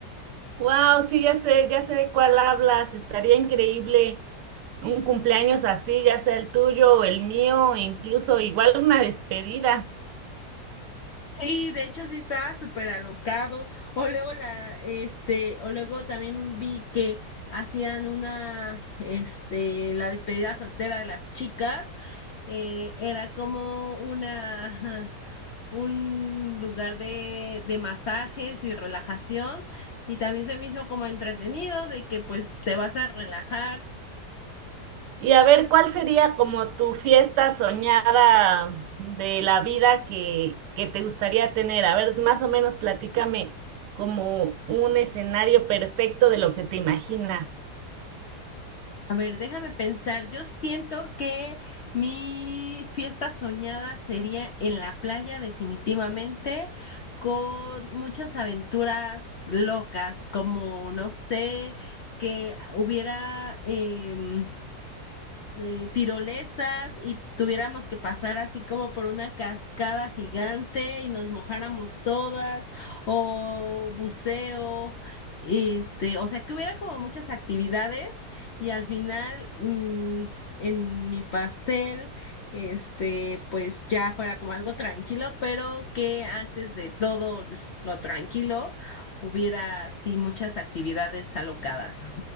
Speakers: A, on the right (about 85°); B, on the left (about 65°).
A: Wow, sí, ya sé, ya sé de cuál hablas. Estaría increíble un cumpleaños así, ya sea el tuyo o el mío, e incluso igual una despedida.
B: Sí, de hecho sí estaba súper alocado. O luego la, este, o luego también vi que hacían una, este, la despedida soltera de las chicas. eh, era como una, <laughs> ajá, un lugar de, de masajes y relajación. Y también se me hizo como entretenido de que pues te vas a relajar.
A: Y a ver, ¿cuál sería como tu fiesta soñada de la vida que, que te gustaría tener? A ver, más o menos platícame como un escenario perfecto de lo que te imaginas.
B: A ver, déjame pensar. Yo siento que mi fiesta soñada sería en la playa, definitivamente, con muchas aventuras locas, como, no sé, que hubiera, em, eh, tirolesas y tuviéramos que pasar así como por una cascada gigante y nos mojáramos todas o buceo, este, o sea que hubiera como muchas actividades y al final mm, en mi pastel, este, pues ya fuera como algo tranquilo, pero que antes de todo lo tranquilo hubiera sí muchas actividades alocadas.